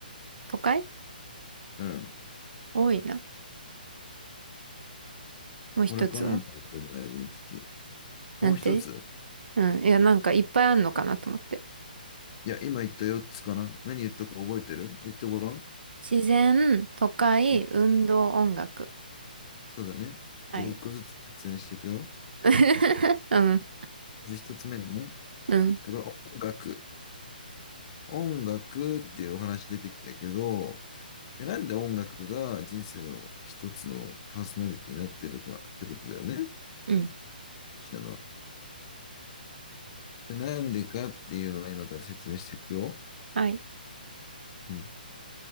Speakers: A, on the right; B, on the left.
A: 都会
B: うん、
A: 多いな。もう一つは
B: これから今までのアイデンティテ
A: なんて
B: ィ。もう一つ、
A: うん。いや、なんかいっぱいあんのかなと思って。
B: いや、今言った4つかな。何言ったか覚えてる言ってごらん。
A: 自然、都会、
B: うん
A: 運動、音楽。
B: そうだね。
A: はい。
B: じゃあ、1個ずつ説明していくよ。
A: <laughs> うん、
B: まず1つ目だね。
A: うん、
B: じゃあ、これ音楽。音楽っていうお話出てきたけど、じゃあなんで音楽が人生の一つのパーソナリティになってるかってことだよね。
A: うん。
B: 私なのは。じゃあなんでかっていうのを今から説明していくよ。
A: はい。
B: うん。